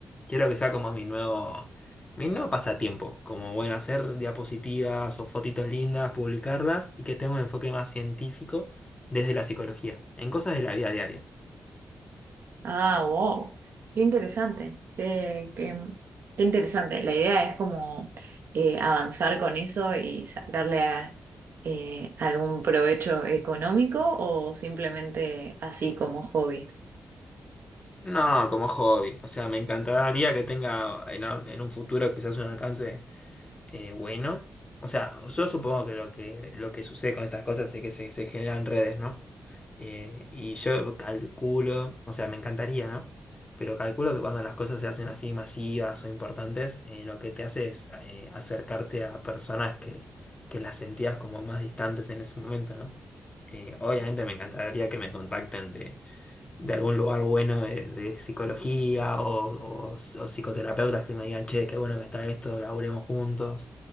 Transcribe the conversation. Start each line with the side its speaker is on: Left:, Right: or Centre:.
Left: Quiero que sea como mi nuevo, mi nuevo pasatiempo, como, bueno, hacer diapositivas o fotitos lindas, publicarlas y que tenga un enfoque más científico desde la psicología, en cosas de la vida diaria.
Right: Ah, wow. Qué interesante. Qué, qué- qué interesante. La idea es como eh, avanzar con eso y sacarle a- eh, algún provecho económico o simplemente así como hobby.
Left: No, como hobby. O sea, me encantaría que tenga en, a- en un futuro quizás un alcance eh, bueno. O sea, yo supongo que lo que, lo que sucede con estas cosas es que se, se generan redes, ¿no? Eh, y yo calculo, o sea, me encantaría, ¿no? Pero calculo que cuando las cosas se hacen así masivas o importantes, eh, lo que te hace es eh, acercarte a personas que, que las sentías como más distantes en ese momento, ¿no? Eh, obviamente me encantaría que me contacten de, de algún lugar bueno de, de psicología o, o- o psicoterapeutas que me digan, che, qué bueno que está esto, laburemos juntos.